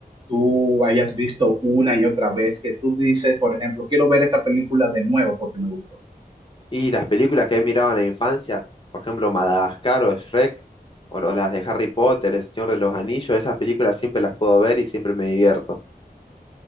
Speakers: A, on the right; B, on the left.
A: tú hayas visto una y otra vez que tú dices, por ejemplo, quiero ver esta película de nuevo porque me gustó?
B: Y las películas que he mirado en la infancia, por ejemplo, Madagascar o Shrek, o lo- las de Harry Potter, El Señor de los Anillos, esas películas siempre las puedo ver y siempre me divierto.